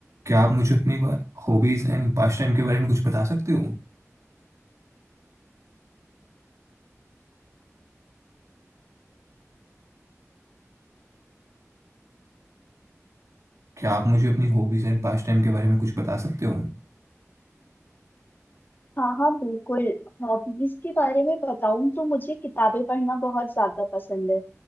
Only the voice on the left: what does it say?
हाँ हाँ बिल्कुल हॉबीज के बारे में बताऊं तो मुझे किताबें पढ़ना बहुत ज्यादा पसंद है